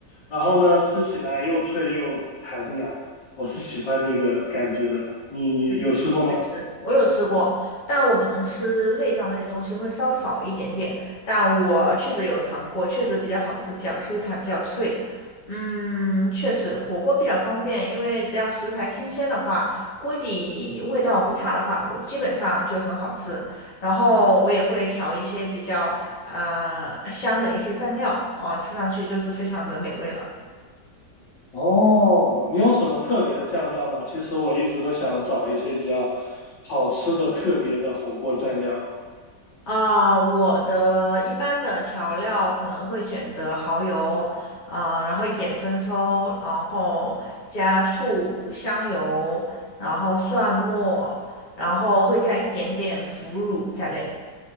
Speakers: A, on the left; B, on the left.
A: 然后呢吃起来又脆又弹牙，我是喜欢那个感觉的。你有吃过吗？
B: 嗯，确实，我有吃过，但我可能吃内脏类的东西会稍少一点点，但我确实有尝过，确实比较好吃，比较 Q 弹，比较脆。嗯，确实，火锅比较方便，因为只要食材新鲜的话，锅底味道不差的话，我基本上就很好吃。然后我也会调一些比较呃香的一些蘸料，哦，吃上去就是非常的美味了。
A: 哦，你有什么特别的酱料吗？其实我一直都想找一些比较好吃的特别的火锅蘸料。
B: 啊，我的一般的调料可能会选择蚝油，啊，然后一点生抽，然后加醋、香油，然后蒜末，然后会加一点点腐乳在内，